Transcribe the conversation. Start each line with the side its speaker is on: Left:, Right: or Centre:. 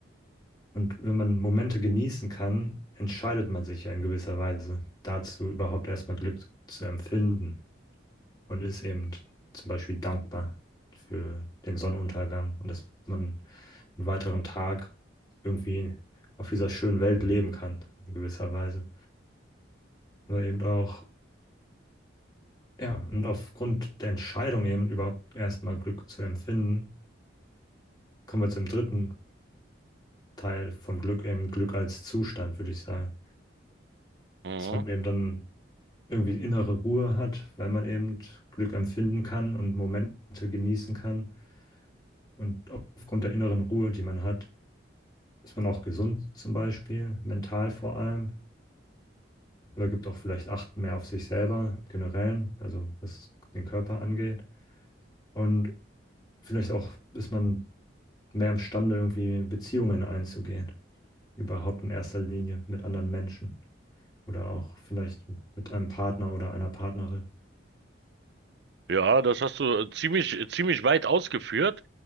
Left: Und wenn man Momente genießen kann, entscheidet man sich ja in gewisser Weise dazu, überhaupt erstmal Glück zu empfinden und ist eben zum Beispiel dankbar für den Sonnenuntergang und dass man einen weiteren Tag irgendwie auf dieser schönen Welt leben kann, in gewisser Weise. Aber eben auch, ja, und aufgrund der Entscheidung eben überhaupt erstmal Glück zu empfinden, kommen wir zum dritten Teil von Glück, eben Glück als Zustand, würde ich sagen.
Right: Mhm.
Left: Dass man eben dann irgendwie innere Ruhe hat, weil man eben Glück empfinden kann und Momente genießen kann. Und aufgrund der inneren Ruhe, die man hat, ist man auch gesund zum Beispiel, mental vor allem, aber gibt auch vielleicht Acht mehr auf sich selber generell, also was den Körper angeht. Und vielleicht auch ist man mehr imstande, irgendwie Beziehungen einzugehen, überhaupt in erster Linie mit anderen Menschen oder auch vielleicht mit einem Partner oder einer Partnerin.
Right: Ja, das hast du äh, ziemlich, äh, ziemlich weit ausgeführt.